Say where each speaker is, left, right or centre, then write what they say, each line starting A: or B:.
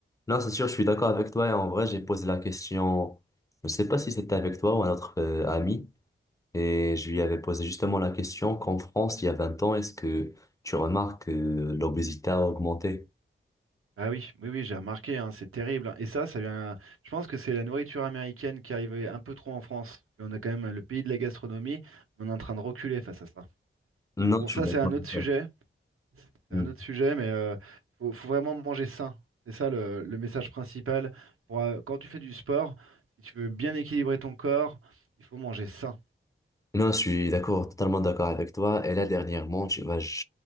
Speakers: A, on the left; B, on the right.
A: Non, c'est sûr, je suis d'accord avec toi. Et en vrai, j'ai posé la question, je ne sais pas si c'était avec toi ou un autre euh, ami. Et je lui avais posé justement la question qu'en France, il y a 20 ans, est-ce que tu remarques que l'obésité a augmenté?
B: Ah oui, oui, oui, j'ai remarqué, hein, c'est terrible. hein. Et ça, ça vient. Je pense que c'est la nourriture américaine qui arrivait un peu trop en France. Et on a quand même le pays de la gastronomie, mais on est en train de reculer face à ça.
A: Non,
B: Donc bon,
A: je
B: ça,
A: suis d'accord
B: c'est un autre sujet.
A: avec
B: C'est
A: Mm.
B: un autre sujet, mais euh, faut, faut vraiment manger sain. C'est ça le, le message principal. Pour, euh, quand tu fais du sport, si tu veux bien équilibrer ton corps, il faut manger sain.
A: Non, je suis d'accord, totalement d'accord avec toi. Et là, dernièrement, tu vois, je